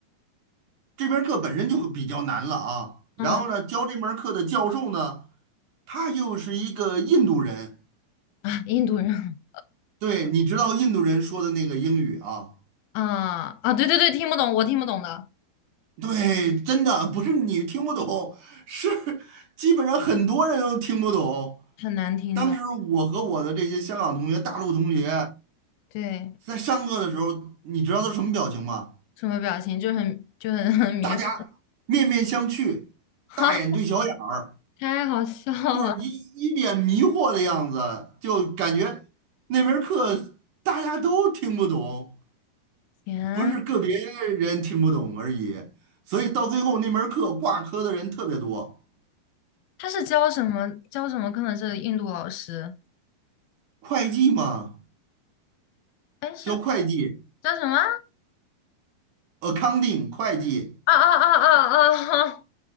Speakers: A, on the right; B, on the left.
A: 这门课本身就比较难了啊。然后呢，
B: 嗯
A: 教这门课的教授呢，他又是一个印度人，
B: 啊，印度人。
A: 对，你知道印度人说的那个英语啊，
B: 啊啊，对对对，听不懂，我听不懂的，
A: 对，真的不是你听不懂，是基本上很多人都听不懂。
B: 很难听懂。
A: 当时我和我的这些香港同学、大陆同学
B: 对，
A: 在上课的时候，你知道都什么表情吗？
B: 什么表情就很就很 <laughs> 很迷糊，
A: 大家面面相觑，
B: 哈，
A: 大眼对小眼儿。
B: 太好笑了！
A: 就是一一脸迷惑的样子，就感觉那门课大家都听不懂，
B: 天，
A: 不是个别人听不懂而已。所以到最后那门课挂科的人特别多。
B: 他是教什么教什么课呢？是印度老师？
A: 会计嘛，
B: 哎，是
A: 教会计
B: 叫什么？
A: ，accounting 会计，
B: 啊啊啊啊啊！<laughs> 哈